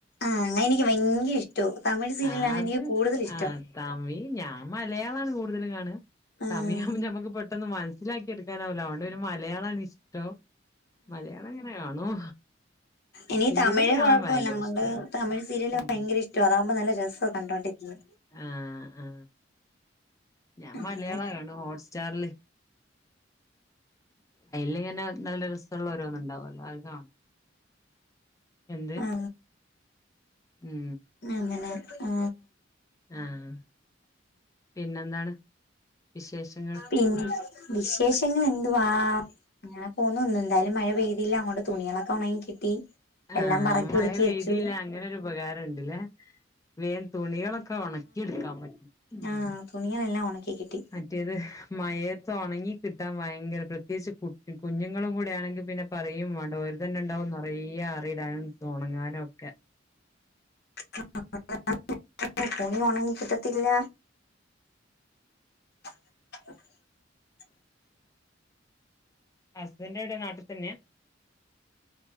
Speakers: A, on the left (about 60°); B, on the left (about 15°).
A: ആഹ്, എനിക്കുഭയങ്കരയിഷ്ടവും തമിഴ് സീരിയലാണ്
B: ആ അത്
A: എനിക്കു കൂടുതലിഷ്ടം
B: ആ തമിഴ് ഞാൻ മലയാളാണ് കൂടുതലും കാണ
A: ആഹ്
B: തമിയാകുമ്പോ ഞമ്മുക്ക് പെട്ടെന്ന് മനസ്സിലാക്കി എടുക്ക ക്കനാവൂല അതോണ്ട് പിന്നെ മലയാളആണ് ഇഷ്ടം മലയാളം ഇങ്ങനെ കാണും
A: എനി
B: സീരിയല്
A: തമിഴ്
B: കാണാൻ
A: കൊഴപ്പല്ല
B: ഭയങ്കര
A: അതൊണ്ട്
B: ഇഷ്ടാണ്
A: തമിഴ് സീരിയല്
B: ഉം
A: ഭയങ്കരഷ്ട അതാകുമ്പോ നല്ല രസ കണ്ടോണ്ടിരിക്ക
B: ആഹ് ആ ഞാൻ
A: അങ്ങനെ
B: മലയാള കാണ ഹോട്ട്സ്റ്റാറില് അയില്ങ്ങനെ നല്ല രസമുള്ള ഓരോന്നുംണ്ടാവല്ലോ അത് കാണും എന്ത്
A: ആ
B: ഉം
A: അങ്ങനെ ആ
B: ആഹ് പിന്നെന്താണ് വിശേഷങ്ങൾ
A: പിന്നെ വിശേഷങ്ങൾ എന്തുവാ അങ്ങനെ പോന്നുന്ന് എന്തായാലും മഴ പെയ്തില്ല അങ്ങൊണ്ട് തുണികളൊക്കെ ഉണങ്ങി കിട്ടി എല്ലാം
B: ആഹ്
A: പറക്കി
B: മഴ
A: ഒതുക്കി
B: പെയ്തീല്ല
A: വെച്ചു
B: അങ്ങനെരു ഉപകാരം ണ്ടല്ലേ വേൻ തുണികളൊക്കെ ഉണക്കി എടുക്കാൻ പറ്റും ഉം
A: ആഹ് തുണികളെല്ലാം ഉണക്കി കിട്ടി
B: മറ്റേത് മഴയത്ത് ഒണങ്ങി കിട്ടാൻ ഭയങ്കര പ്രത്യേകിച്ച് കുട്ടി കുഞ്ഞുങ്ങളും കൂടെയാണെ പിന്നെ പറയും വേണ്ട ഓര് തന്നെ ണ്ടാവും നിറയ ആറിടാനും ഒണങ്ങാനും ഒക്കെ
A: <unintelligible> തുണി ഒണങ്ങി കിട്ടത്തില്ല <inaudible>
B: ഹസ്ബൻഡ് എവിടെ നാട്ടിൽ തന്നെയ